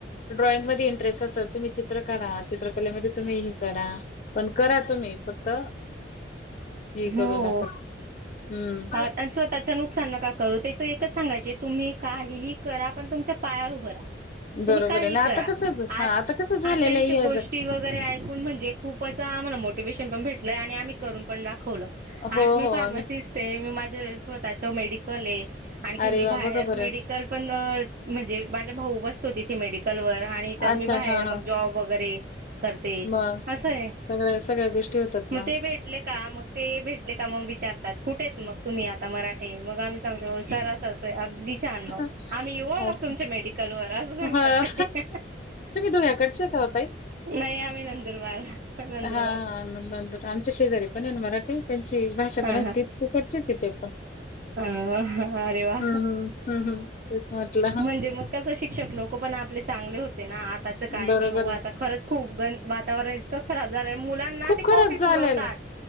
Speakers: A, on the left; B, on the right.
A: ड्रायइंग मज इंटरेस्ट असेल. तर चित्र काढा. चित्रकलेमध्ये- तुम्ही हे करा. पण करा तुम्ही फक्त. हे
B: हो
A: करू नका हम्म
B: आणि स्वतःच्या नुकसान नका. करू ते तर एकच सांगायचे तुम्ही काहीही करा पण तुमच्या पायावर उभं राहा. तुम्ही
A: बरोबर
B: काही
A: आहे ना
B: करा
A: आता कसं हा
B: आज.
A: आता कसं झालेलं
B: आ त्यांच्या
A: आहे हे
B: गोष्टी
A: ग-
B: वगैरे ऐकून म्हणजे खूपच आम्हाला मोटिवे्शन पण भेटत. आनी करून पण दाखवल.
A: हो
B: आज मी
A: हो
B: फार्मिंसिस्ट
A: आम्ही
B: आहे. स्वतः मेडिकल आहे आणि
A: अरे
B: मी बाहेर
A: वा बघा बरं
B: मेडिकल पण म्हणजे बाकी चे. माझ भाऊ बसतो तिथे मेडिकल वर आणि तर
A: अच्छा
B: मी बाहेर
A: हा हा
B: मग जॉब वगैरे. करते
A: मग
B: असं आहे
A: सगळ्या सगळ्या गोष्टी होतात
B: मग
A: ना
B: ते भेटले का मग. ते का मग विचारतात कुठे मग तुम्ही आता मराठे मग आम्ही सांगतो सर. आहे अगदी छान मग
A: अच्छा
B: आम्ही येऊ मग तुमच्या मेडिकल वर असं सांगतात
A: हां.
B: ते.
A: धुळ्याकडच्या का आहेत का ओ ताई.
B: नाही आमही नंदुरबार. नंदुरबार
A: हा हा नंतर आमच्या शेजारी पण आहे ना मराठी. त्यांची भाषा
B: हा
A: पण त तकटचेच येते.
B: हा अरे वा!
A: हं, हं. हं, हं. तेच म्हटलं हां.
B: म्हणजे मग कस शिक्षक लोक पण आपल्या. चांगले होते ना आताच काही
A: बरोबर
B: नाही हो
A: आहे.
B: आता खरंच खूप ग वातावरण इतकं खराब झालं. मुलांना
A: खूप
B: ते
A: खराब
B: कॉफी
A: झालेलं
B: पुरवतात.
A: आहे.